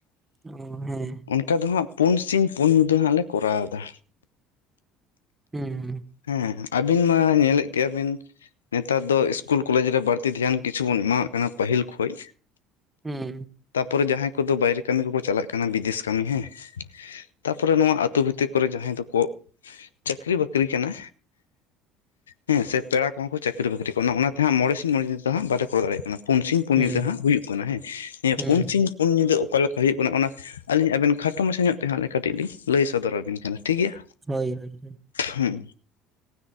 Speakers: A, on the right; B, on the left.
A: ᱚᱻᱦᱮᱸ᱾
B: ᱱᱤᱛᱟᱹᱜ ᱫᱚ ᱦᱟᱸᱜ ᱯᱩᱱ ᱥᱤᱧ ᱯᱩᱱ ᱧᱤᱫᱟᱹ ᱦᱟᱸᱜ ᱞᱮ ᱠᱚᱨᱟᱣ ᱫᱟ᱾
A: ᱦᱩᱸᱻ
B: ᱦᱮᱸ ᱟᱵᱤᱱ ᱢᱟᱸ ᱧᱮᱞᱮᱫ ᱜᱮᱭᱟ ᱵᱤᱱ ᱱᱮᱛᱟᱨ ᱫᱚ ᱤᱥᱠᱩᱞ ᱠᱚᱞᱮᱡᱽ ᱨᱮ ᱵᱟᱹᱲᱛᱤ ᱫᱷᱮᱭᱟᱱ ᱠᱤᱪᱷᱩ ᱵᱩᱱ ᱮᱢᱟᱜ ᱠᱟᱱᱟ ᱯᱟᱹᱦᱤᱞ ᱠᱷᱚᱡ
A: ᱦᱩᱸᱻ
B: ᱛᱟᱨ ᱯᱚᱨᱮ ᱡᱟᱦᱟᱸᱭ ᱠᱚᱫᱚ ᱵᱟᱭᱨᱮ ᱠᱟᱹᱢᱤ ᱠᱚᱠᱚ ᱪᱟᱞᱟᱜ ᱠᱟᱱᱟ ᱵᱤᱫᱮᱥ ᱠᱟᱹᱢᱤ ᱦᱮᱸ ᱛᱟᱯᱚᱨᱮ ᱱᱚᱣᱟ ᱟᱛᱩ ᱵᱷᱤᱛᱤᱨ ᱠᱚᱨᱮ ᱡᱟᱦᱟᱸᱭ ᱫᱚᱠᱚ ᱪᱟᱹᱠᱨᱤ ᱵᱟᱹᱠ ᱠᱨᱤ ᱠᱟᱱᱟ ᱦᱮᱸ ᱥᱮ ᱯᱮᱲᱟ ᱠᱚᱦᱚ ᱠᱚ ᱪᱟᱹᱠᱨᱤ ᱵᱟᱹᱠᱨᱤ ᱠᱚ ᱠᱟᱱᱟ ᱚᱱᱟ ᱛᱮ ᱦᱟᱜ ᱢᱚᱬᱮ ᱥᱤᱧ ᱢᱚᱬᱮ ᱧᱤᱸᱫᱟᱹ ᱫᱚ ᱦᱟᱸᱜ ᱞᱮ ᱠᱚᱨᱟᱣ ᱫᱟᱲᱭᱟᱜ ᱠᱟᱱᱟ ᱯᱩᱱ ᱥᱤᱧ ᱯᱩᱱ
A: ᱦᱩᱸ ᱦᱩᱸ
B: ᱧᱤᱫᱟᱹ ᱦᱟᱸᱜ ᱦᱩᱭᱩᱜ ᱠᱟᱱᱟ ᱦᱮᱸ ᱱᱤᱭᱟ.
A: ᱦᱩᱸ
B: ᱯᱩᱱᱥᱤᱧ ᱯᱩᱱ ᱧᱤᱫᱟᱹ ᱚᱠᱟ ᱞᱮᱠᱟ ᱦᱩᱭᱩᱜ ᱠᱟᱱᱟ ᱚᱱᱟ ᱟᱹᱞᱤᱧ ᱟᱵᱮᱱ ᱠᱷᱟᱴᱚ ᱢᱟᱪᱷᱟ ᱧᱚᱜ ᱛᱮ ᱦᱟᱸᱜ ᱠᱟᱹᱴᱤᱡ ᱞᱤᱧ ᱞᱟᱹᱭ ᱥᱚᱫᱚᱨ ᱟᱵᱤᱱ ᱠᱟᱱᱟ ᱴᱷᱤᱠ ᱜᱤᱭᱟ
A: ᱦᱳᱭ, ᱦᱳᱭ, ᱦᱚᱭ
B: ᱦᱩᱸ